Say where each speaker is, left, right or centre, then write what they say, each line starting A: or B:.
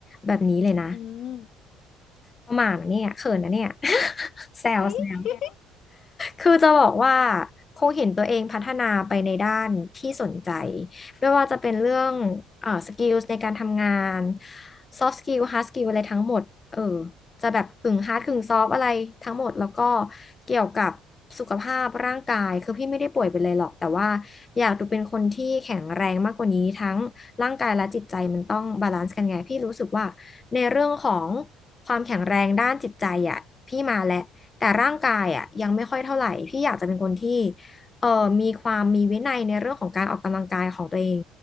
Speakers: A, on the left; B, on the left.
A: แบบนี้เลยนะ
B: อืม
A: ประมาณนะเนี่ยเขินนะเนี่ย <laughs> แซวแซว
B: เฮ้ย
A: คือจะบอกว่าคงเห็นตัวเองพัฒนาไปในด้านที่สนใจไม่ว่าจะเป็นเรื่องเอ่อสกิลในการทำงาน soft skill hard skill อะไรทั้งหมดเออจะแบบกึ่ง hard กึ่ง soft อะไรทั้งหมดแล้วก็เกี่ยวกับสุขภาพร่างกายคือพี่ไม่ได้ป่วยเป็นอะไรหรอกแต่ว่าอยากดูเป็นคนที่แข็งแรงมากกว่านี้ทั้งร่างกายและจิตใจมันต้องบาลานซ์กันไงพี่รู้สึกว่าในเรื่องของความแข็งแรงด้านจิตใจอ่ะพี่มาแล้ว แต่ร่างกายอ่ะยังไม่ค่อยเท่าไหร่พี่อยากจะเป็นคนที่เอ่อมีความมีวินัยในเรื่องของการออกกำลังกายของตัวเอง